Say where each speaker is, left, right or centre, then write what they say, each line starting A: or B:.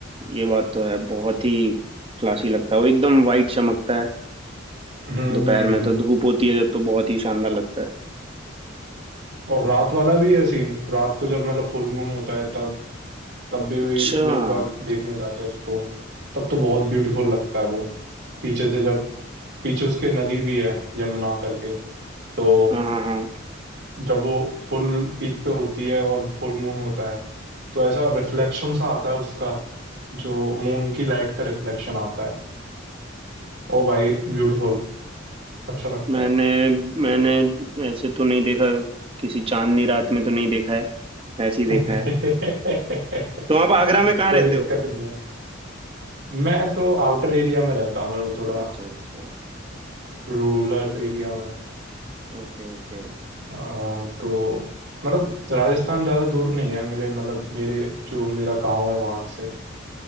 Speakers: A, on the right; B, on the right.
A: ये बात तो है बहुत ही क्लासी लगता है वो एकदम वाइट चमकता है
B: हम्म
A: दोपहर में
B: हम्म
A: तो धूप होती है जब तो बहुत ही शानदार लगता है
B: और रात वाला भी है सीन रात को जब मतलब फुल मून होता है तब तब भी
A: अच्छा
B: लोग
A: हाँ
B: बाग देखने जाते हैं उसको तब तो बहुत ब्यूटीफुल लगता है वो पीछे से जब पीछे उसके नदी भी है यमुना करके तो
A: हाँ हाँ
B: जब वो फुल पीक पे होती है और फुल मून होता है तो ऐसा रिफ्लेक्शन सा आता है उसका जो मून की लाइट का रिफ्लेक्शन आता है ओ भाई ब्यूटीफुल अच्छा लगता
A: मैंने
B: है
A: मैंने ऐसे तो नहीं देखा किसी चांदनी रात में तो नहीं देखा है ऐसे
B: <laughs>
A: ही देखा
B: कोई
A: है तो आप आगरा में कहाँ रहते
B: दिक्कत
A: हो
B: नहीं है मैं तो आउटर एरिया में रहता हूँ मतलब थोड़ा
A: अच्छा अच्छा
B: रूरल एरिया में
A: Okay okay
B: अ, तो मतलब राजस्थान ज़्यादा दूर नहीं है मेरे मतलब मेरे जो मेरा गांव है वहाँ से